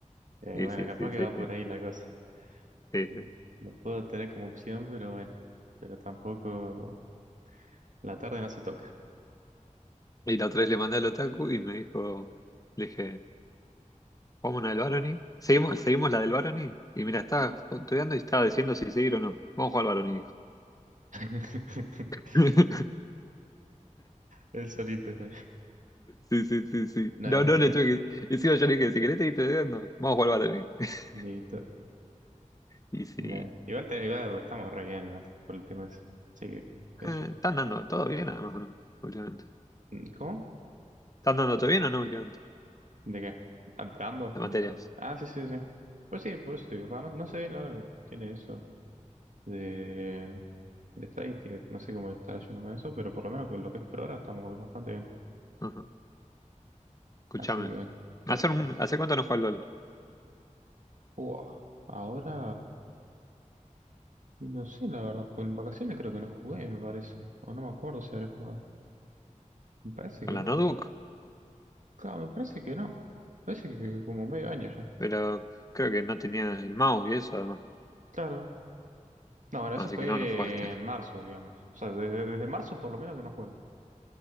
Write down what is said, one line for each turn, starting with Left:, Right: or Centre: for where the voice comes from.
Right: Eh,
Left: Y
Right: bueno,
Left: sí,
Right: capaz
Left: sí,
Right: que
Left: sí,
Right: va
Left: sí,
Right: por ahí la cosa.
Left: sí,
Right: Eh,
Left: sí.
Right: lo puedo tener como opción, pero bueno. Pero tampoco. La tarde no se toca.
Left: Y la otra vez le mandé al otaku y me dijo, le dije, ¿vamos una del Barony? ¿Seguimos, seguimos la del Barony? Y mira, estaba estudiando y estaba diciendo si seguir o no. Vamos a jugar al Barony, dijo.
Right: <laughs>
Left: <laughs>
Right: Es solito ya.
Left: Sí, sí, sí, sí.
Right: Nada,
Left: No,
Right: a ver
Left: no
Right: si.
Left: le tuve que. Encima yo le dije, si querés seguir estudiando, vamos a jugar al Barony. <laughs>
Right: Listo.
Left: Y sí.
Right: Nah, Igual, te- igual estamos re bien, igual, por el tema ese. Sí, qué
Left: Eh,
Right: sé
Left: ¿están dando todo bien, además, o no? Últimamente.
Right: yo. Mm, ¿Cómo?
Left: ¿Están dando todo bien o no últimamente?
Right: ¿De qué? ¿Ando?
Left: De materias.
Right: Ah, sí, sí, sí. Pues sí, por eso te digo, pa, no, no sé la hora que tiene eso de, de estadística, no sé cómo estará yendo con eso, pero por lo menos con lo que es por ahora estamos bastante bien.
Left: Ajá. Escúchame.
Right: Así que bueno, que,
Left: ¿Hace, un- hace cuánto no juego al LOL?
Right: Buah, ahora no sé la verdad, pues en vacaciones creo que no jugué, me parece, o no me acuerdo si habré jugado. Me parece
Left: Con
Right: que
Left: la
Right: no.
Left: notebook,
Right: Claro, me parece que no. Me parece que, que como medio año ya.
Left: pero creo que no tenía el mouse y eso, además.
Right: Claro. No, bueno,
Left: Así
Right: eso fue
Left: que no, no jugaste.
Right: en marzo, digamos. O sea, desde, desde marzo por lo menos que no juego.